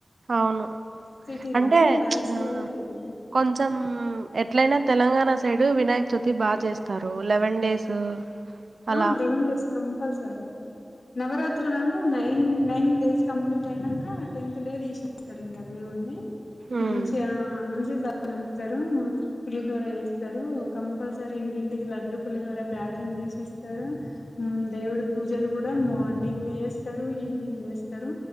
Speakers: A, on the right; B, on the left.
A: అవును
B: సిటీలా
A: అంటే
B: లాక్స్
A: ఆ
B: లల్లో పోతుం
A: కొంచెం ఎట్లయినా తెలంగాణ సైడ్ వినాయక్ చవితి బాగా చేస్తారు లెవెన్ డేస్ అలా
B: ఆ లెవెన్ డేస్ కంపల్సరీ నావరాత్రులు అంటే నైన్ నైన్ డేస్ కంప్లీట్ అయినంక టెన్త్ డే తీసిం సరే ఇంకా దేవుణ్ణి
A: ఉమ్
B: మంచిగా మంచిగా సాగానంపుతారు పులిహోర చేస్తారు కంపల్సరీ ఇంటింటికి లడ్డు పులిహోర ప్యాకింగ్ చేసిస్త తారు దేవుడి పూజలు కూడా మార్నింగ్ చేస్తారు ఈవినింగ్ చేస్తారు